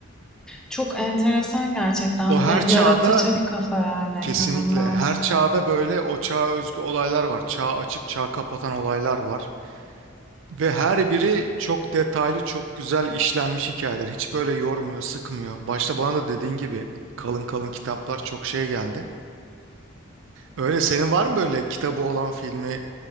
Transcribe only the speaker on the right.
O her
çağda
kesinlikle
her çağda böyle o çağa özgü olaylar var. Çağ açıp çağ kapatan olaylar var. Ve her biri çok detaylı, çok güzel işlenmiş hikayeler. Hiç böyle yormuyor, sıkmıyor. Başta bana da dediğin gibi kalın kalın kitaplar çok şeye geldi. Öyle senin var mı böyle kitabı olan filmi